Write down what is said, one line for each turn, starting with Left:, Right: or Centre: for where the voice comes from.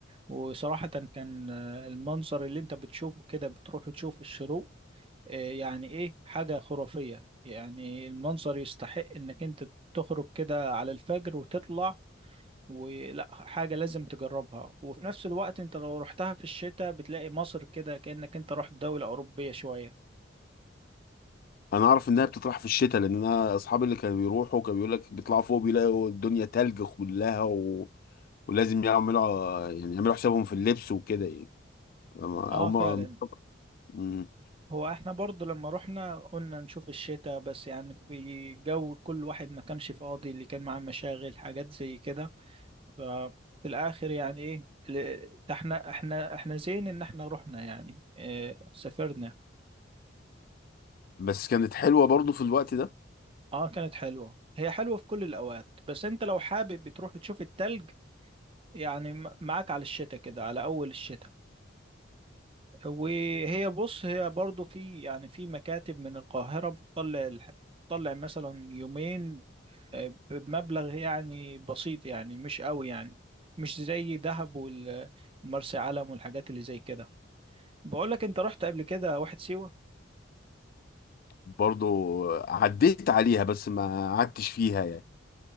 Right: وصراحه كان آه، المنظر اللي انت بتشوفه كده بتروح تشوف الشروق آه، يعني ايه حاجه خرافيه يعني المنظر يستحق انك انت تخرج كده على الفجر وتطلع ولا حاجة لازم تجربها وفي نفس الوقت انت لو رحتها في الشتاء بتلاقي مصر كده كأنك انت رحت دولة أوروبية شوية
Left: أنا أعرف إنها بتطرح في الشتاء لأن أنا أصحابي اللي كانوا بيروحوا كانوا بيقول لك بيطلعوا فوق بيلاقوا الدنيا تلج كلها و... ولازم يعملوا يعني يعملوا حسابهم في اللبس وكده يعني أما-
Right: اه
Left: أو ما
Right: فعلا
Left: مم.
Right: هو احنا برضو لما رحنا قلنا نشوف الشتاء بس يعني في جو كل واحد ما كانش فاضي اللي كان معاه مشاغل حاجات زي كده ففي الآخر يعني ايه ل- احنا احنا احنا زين ان احنا رحنا يعني اه سافرنا
Left: بس كانت حلوة برضو في الوقت ده
Right: اه كانت حلوة هي حلوة في كل الأوقات بس انت لو حابب بتروح تشوف التلج يعني م- معاك على الشتاء كده على أول الشتاء وهي بص هي برضو في يعني في مكاتب من القاهرة بتطلع الح- بتطلع مثلا يومين آه، بمبلغ يعني بسيط يعني مش قوي يعني مش زي دهب والمرسى علم والحاجات اللي زي كده بقول لك انت رحت قبل كده واحد سيوة
Left: برضو عديت عليها بس ما قعدتش فيها يعني